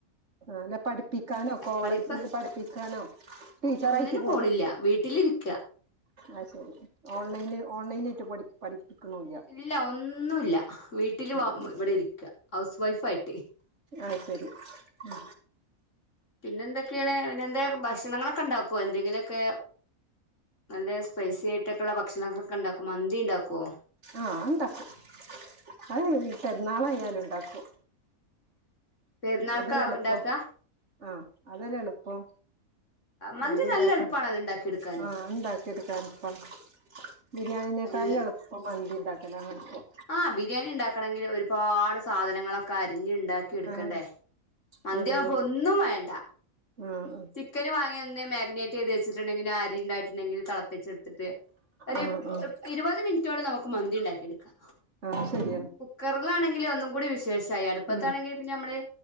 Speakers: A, on the right (about 55°); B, on the left (about 60°).
A: അല്ല പഠിപ്പിക്കാനോ കോളേജില്
B: പഠിപ്പ്
A: പഠിപ്പിക്കാനോ? ടീച്ചറായിട്ട്
B: ഒന്നിനും പോണില്ല വീട്ടിലിരിക്ക.
A: അയ്ശരി ഓൺലൈന് ഓൺലൈനായിട്ട് പഠി പഠപ്പിക്ക്ണുല്ല
B: ഇല്ല ഒന്നുല്ല വീട്ടില് വ
A: ഉം
B: ഇവിടെ ഇരിക്ക ഹൗസ് വൈഫായിട്ടെ
A: അയ്ശരി ഉം
B: പിന്നെ എന്തൊക്കെയാണ് പിന്നെ എന്ത ഭക്ഷണങ്ങളൊ ക്കെ ഇണ്ടാക്കോ എന്തെങ്കിലൊക്കെ നല്ല സ്പൈസി ആയിട്ടെക്കെള്ള ഭക്ഷണങ്ങളൊ ക്കെണ്ടാക്കും മന്തി ഇണ്ടാക്കോ
A: ആഹ് അത് ഇണ്ടാക്കും അത് പെരുന്നാളായാലും ഇണ്ടാക്കും
B: പെരുന്നാൾക്കാ
A: അതല്ലെ എളുപ്പം
B: ഉണ്ടാക്ക
A: ആഹ് അതല്ലേ എളുപ്പം
B: മന്തി
A: മന്തിണ്ടാക്കൻ
B: നല്ല എളുപ്പാണല്ലോ ഉണ്ടാക്കിയെടുക്കാന്
A: ആഹ് ണ്ടാക്കിയെട്ക്കാൻ ബിരിയാണിനേക്കായി
B: നല്ല
A: എളുപ്പം മന്തി ഉണ്ടാക്കലാണെൾപ്പം
B: ആഹ് ബിരിയാണി ഉണ്ടാക്കണങ്കിൽ ഒരുപാട് സാധനങ്ങളെ കരിഞ്ഞ് ണ്ടാക്കി എട്ക്കണ്ടേ
A: ആഹ്
B: മന്തി
A: അതന്നെ
B: അവുമ്പൊന്നും വേണ്ട
A: ആഹ്
B: ചിക്കന് വാങ്ങി ന്ന് മാഗിനേറ്റ് ചെയ്ത് വെച്ചിട്ട്ണ്ടെങ്കില്ല് അരി ണ്ടായിട്ടുണ്ടെങ്കിൽ തിളപ്പിച്ചെടുത്തിട്ട് ഒരു
A: ആഹ് ആഹ്
B: ഒ
A: ആഹ്
B: ഒരിര്പ്പത് മിനിറ്റോടെ നമുക്ക് മന്തിണ്ടാക്കി എട്ക്കാ
A: ആഹ് ശരിയാണ്
B: ക്കർലാണെങ്കിൽ ഒന്നും കൂടി വിശേഷായി അടുപ്പത്തണെങ്കിലിൽ
A: ഉം
B: പിന്നമ്മള്